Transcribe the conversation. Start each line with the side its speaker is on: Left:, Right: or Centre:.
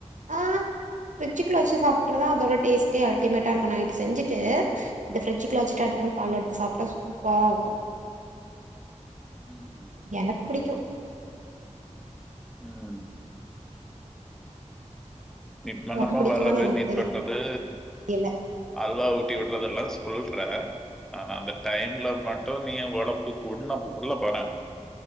Right: ஆ ஃபிரிஜ்ச்சுக்குல வச்சு சாப் புட்றதா அதோட டேஸ்ட்டே அல்டிமேட்டா இருக்கும் நைட்டு செஞ்சுட்டு இந்த ஃப்ரிஜிக்குள்ள வச்சுட்டு அடுத்த நாள் கால்ல எடுத்து சாப்டா சூப்பரா இருக்கும்
Centre: ம்.
Right: எனக்கு புடிக்கும்
Centre: ம் மீட் பண்ணாம
Right: உனக்கு பிடிக்குமான்னு
Centre: வர்றது
Right: எனக்கு
Centre: மீட் பண்றது
Right: தெரியல.
Centre: அல்வா ஊட்டி விடுறதுல்லா சொல்ற ஆனா அந்த டைம்ல மட்டும் நீங்க ஒழப்புக்குன் கொள்ள போறே